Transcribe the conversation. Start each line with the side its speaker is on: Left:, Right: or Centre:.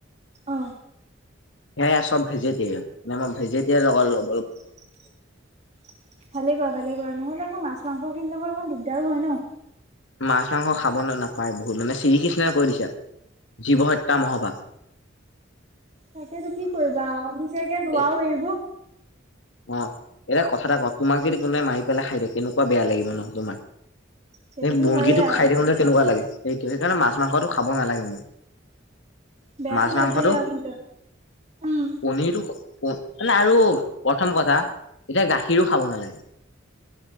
Right: অ'।
Left: সেয়া চব ভেজিটৰি মানে, মই ভেজিটৰিায়েন লগ
Right: ভালে কৰা ভালে কৰা নহ'লে আকৌ মাছ মাংস খিনি লগত অকণ দিগদাৰো হয় ন।
Left: মাছ মাংস খাব নাপায় বহুত মানে চিৰিকি কৈ দিছে জীৱহত্যা মহপাপ।
Right: তাকেতো কি কৰিবা, আমি যে কে নোৱাৰো
Left: এ
Right: এৰিব।
Left: অ', এতিয়া কথা এটা কওঁ, তোমাক যদি কোনোবাই মাৰি পেলাই খাই দিয়ে কেনেকুৱা বেয়া লাগিব ন তোমাৰ।
Right: সেইটোতো
Left: এই মুৰ্গীটো
Right: হয়ে আৰু।
Left: খাই থাকোতে তেনেকুৱা লাগে। সেইটো সেইকাৰণে মাছ মাংসটো খাব নালাগে মোৰ
Right: বেয়াতো
Left: মাছ
Right: লাগেই
Left: মাংসটো
Right: আৰু কিন্তু উম,
Left: পনিৰটো প মানে আৰু প্ৰথম কথা এতিয়া গাখীৰো খাব নালাগে